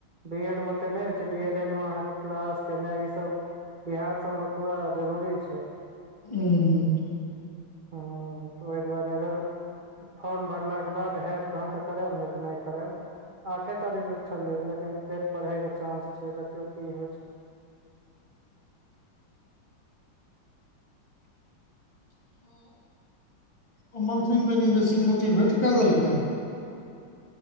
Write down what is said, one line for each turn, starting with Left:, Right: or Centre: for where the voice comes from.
Right: बी एड मे ओते नहि होइ छै डी एल एड मे अहाँके क्लास केनाइ ई सब बिहार सबमे तऽ पूरा जरूरी छै
Left: हूँ।
Right: ह तऽ ओहि दुआरे अगर फॉर्म भरलाके बाद हयैत तहन तऽ करायब नहि तऽ नहि करायब आठे तारीख छलै लेकिन डेट बढ़े के चानंस छै देखियौ की होइ छै
Left: ओ मन सिंह कनि बेसी मोटिवेट कए देलकै